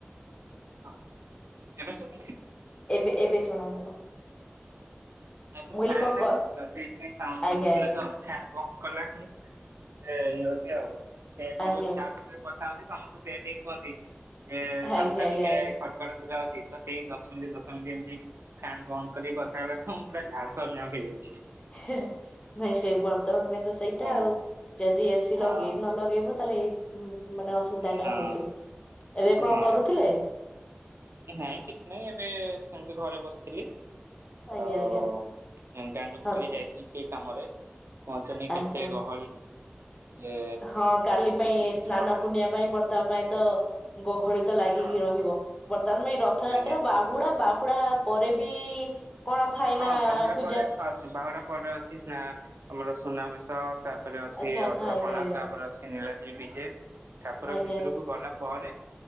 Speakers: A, on the right; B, on the left.
A: <unintelligible> ଏବେ ଶୁଭୁଛି?
B: ଏବେ ଏବେ ଶୁଣାଗଲା।
A: ନା ସେ
B: ମୁଁ କହିଲି
A: ଫ୍ଯାନ୍
B: କଣ
A: ଲାଗିଛି
B: କ
A: ତ, ସେଇଥ ପାଇଁ ସାଉଣ୍ଡ
B: ଆଜ୍ଞା
A: ହଉଥିଲା
B: ଆଜ୍ଞା
A: ତ ଫ୍ଯାନ୍ ବନ୍ଦ୍ କଲା ଶୁଣୁ ଇଏ ହଉଚି ଆଉ ସେ କଣ
B: ଆଜ୍ଞା
A: କରୁଛି ଯାହା ସାଙ୍ଗରେ କଥା ହଉଚି ସମସ୍ତେ ସେଇଆ ବି କୁହନ୍ତି, ଯେ ସାଉଣ୍ଡ
B: ଆଜ୍ଞା
A: ଟା
B: ଆଜ୍ଞା
A: ଟିକେ
B: ଆଜ୍ଞା
A: ଖଡ ଖଡ ଶୁଭା ଯାଉଛି ତ ସେଇ ଦଶ ମିନିଟ୍ ଦଶ ମିନିଟ୍ ଏମତି ଫ୍ୟାନ୍ ବନ୍ଦ କରି କଥା ହେବାଠଉଁ, ମୁଁ ପୁରା ଝାଳ ନାଳ ହେଇ ଯାଉଛି।
B: ହେ-ହେ ନାଇଁ ସେଇ ବର୍ତ୍ତମାନ ପାଇଁ ତ ସେଇଟା
A: ହଁ
B: ଆଉ ଯଦି ଏ ସି
A: ହଁ
B: ଲଗେଇ ନ ଲଗେଇବ ତାହେଲେ ଏ ଉଁ। ମାନେ ଅସୁବିଧା
A: ହଁ
B: ଟା ହଉଛି ଏବେ କଣ
A: ହଁ।
B: କରୁଥିଲେ?
A: ନାଇଁ କିଛି ନାହିଁ ଏବେ ସେମିତି ଘରେ ବସି
B: ଆଜ୍ଞା
A: ଆଉ
B: ଆଜ୍ଞା
A: ଦାଣ୍ଡଆଡକୁ
B: ହଁ
A: ଟିକେ ଯାଇଥିଲି
B: ସ୍
A: ସେ କାମରେ। କୁହନ୍ତୁନି
B: ଆଜ୍ଞା।
A: କେତେ ଗହଳି? ଯେ
B: ହଁ କାଲି ପାଇଁ
A: ବେଶୀ
B: ସ୍ନାନ
A: ଗହଳି
B: ପୂର୍ଣ୍ଣିମା। ପାଇଁ ବର୍ତ୍ତମାନ ପାଇଁ ତ ଗହଳି ତ ଲାଗିକି
A: ହଁ
B: ରହିବ। ବର୍ତ୍ତମାନ ପାଇଁ ରଥଯାତ୍ରା
A: ଆଜ୍ଞା
B: ବାହୁଡା ବାହୁଡା ପରେ ବି କଣ ଥାଏ
A: ହଁ
B: ନା
A: ବାହୁଡା
B: ପୂଜା
A: ପରେ <unintelligible> ବାହୁଡା ପରେ ଅଛି ସ୍ନା ଆମର ସୁନାବେଶ ତା ତାପରେ ଅଛି
B: ଆଚ୍ଛା ଆଚ୍ଛା
A: ଅଧରପଣା
B: ଆଜ୍ଞା ଆଜ୍ଞା
A: ତାପରେ ଅଛି ନୀଳାଦ୍ରି ବିଜେ ଠାକୁର
B: ଆଜ୍ଞା
A: ଭିତରକୁ
B: ଆଜ୍ଞା।
A: ଗଲା ପରେ